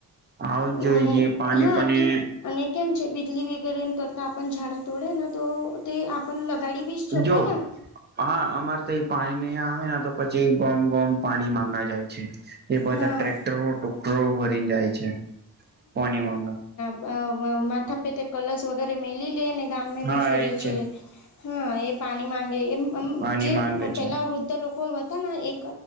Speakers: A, on the right; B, on the left.
A: આવ
B: અને
A: જોઈએ. પાણી
B: હા
A: પણ
B: અને કેમ છે બિજલી વગેરે કરતા ઝાડા તોડેને તો તે આપ લગાડી બી શકો
A: જો
B: ના
A: હા અમારે તો એ પાણી નહીં આવેને તો પછી ગોમ ગોમ પાણી માંગા જાય છે. એ બધા
B: હા
A: ટ્રેક્ટરો ટોક્ટરો ભરી જાય છે પાણી માંગ
B: અ માથા પેતે કલશ વગેરે મેલી લે ને ગામમે
A: હા
B: ભી ફિરે
A: એજ
B: છે. હા એ પાણી માંગે એમ
A: પાણી
B: જે
A: માંગે
B: પેલા
A: છે
B: વૃદ્ધ લોકો એ